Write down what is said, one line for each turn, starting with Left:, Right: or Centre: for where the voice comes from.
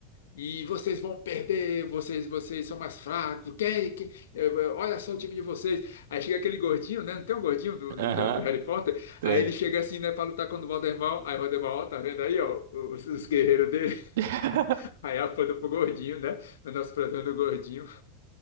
Left: E vocês vão perder, vocês, vocês são mais fracos. Quem, quem, eh, eh, olha só o time de vocês. Aí chega aquele gordinho, né? Não tem um gordinho do,
Right: Aham,
Left: do- do- do Harry Potter?
Right: tem.
Left: Aí ele chega assim, né, pra lutar contra o Voldemort. Aí o Voldemort, ó, tá vendo aí, ó, os, os guerreiros dele. <laughs>
Right: <laughs>
Left: Aí aponta pro gordinho, né? O nosso fratão do gordinho.